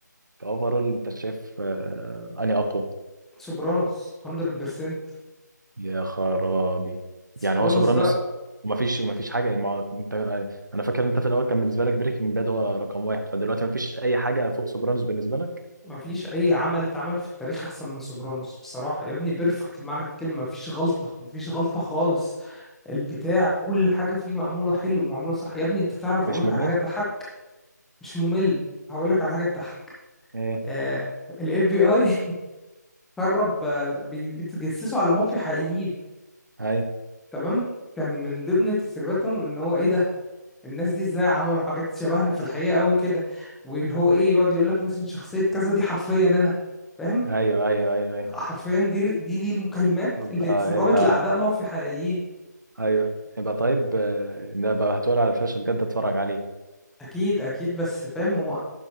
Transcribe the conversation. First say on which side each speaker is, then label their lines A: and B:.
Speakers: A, on the right; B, in the centre.
A: كاوفرول انت شايف آه، اني اقوى
B: سوبرانوس 100%
A: يا خرابي
B: سوبرانوس
A: يعني هو سوبرانوس
B: ده
A: ما فيش ما فيش حاجه ما انت آه، انا فاكر انت في الاول كان بالنسبه لك بريكنج باد هو رقم واحد فدلوقتي ما فيش اي حاجه فوق سوبرانوس بالنسبه لك
B: ما فيش اي عمل اتعمل في التاريخ احسن من سوبرانوس بصراحه يا ابني بيرفكت بمعنى الكلمه ما فيش غلطه ما فيش غلطه خالص البتاع كل حاجه فيه معموله حلو معموله صح يا ابني انت تعرف
A: ومش
B: اقول لك
A: ممل
B: على حاجه تضحك مش ممل هقول لك على حاجه تضحك
A: ايه
B: آه الاف بي اي <laughs> قرب آه، بي- بيتجسسوا على مافيا حقيقيين
A: هاي
B: تمام كان من ضمن تسريباتهم ان هو ايه ده الناس دي ازاي عملوا حاجات شبهنا في الحقيقة قوي كده واللي هو ايه يقعد يقول لك مثلا شخصية كذا دي حرفيا انا فاهم
A: ايوه ايوه ايوه ايوه
B: حرفيا دي دي دي المكالمات
A: طب
B: اللي
A: ده
B: اتسربت
A: يبقى
B: لأعداء مافيا حقيقيين
A: ايوه يبقى طيب آه، ده بقى هتقول على الفلاش بجد اتفرج عليه
B: اكيد اكيد بس فاهم هو